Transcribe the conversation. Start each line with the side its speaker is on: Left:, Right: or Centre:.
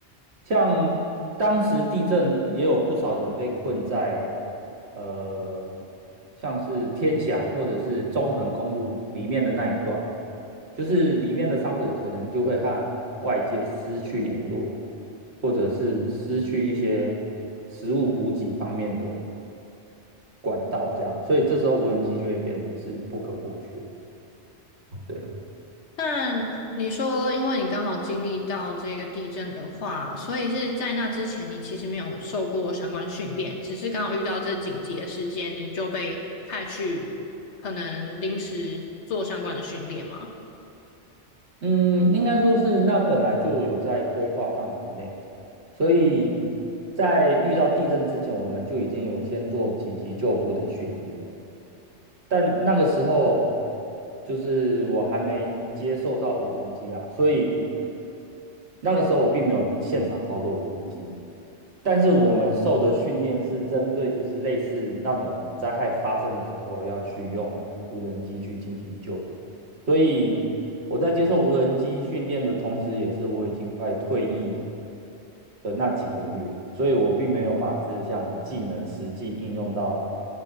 Right: 像当时地震也有不少人被困在呃，像是天祥或者是中横公路里面的那一段，就是里面的伤者可能就会和外界失去联络，或者是失去一些食物补给方面的管道，这样，所以这时候无人机就会变得是不可或缺。对。
Left: 但你说，因为你刚好经历到这个地震的话，所以是在那之前，你其实没有受过相关训练，只是刚好遇到这紧急的事件，你就被派去可能临时做相关的训练吗？
Right: 嗯，应该说是那本来就有在规划范围内，所以在遇到地震之前，我们就已经有先做紧急救护的训练。但那个时候，就是我还没接受到无人机啊，所以那个时候我并没有现场操作无人机，但是我们受的训练是针对就是类似那种灾害发生的时候要去用无人机去进行救援。所以我在接受无人机训练的同时，也是我已经快退役了的那几个月，所以我并没有把这项技能实际应用到